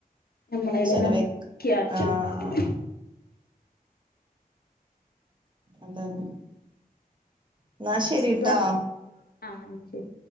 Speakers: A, on the left; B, on the right.
A: നമ്മളേലെന്നെ?
B: ചെലവഴി
A: <unintelligible>
B: ആഹ് ആഹ് അതാന്ന് ന്നാ ശരിട്ടോ.
A: സുഖാ ആഹ് ശരി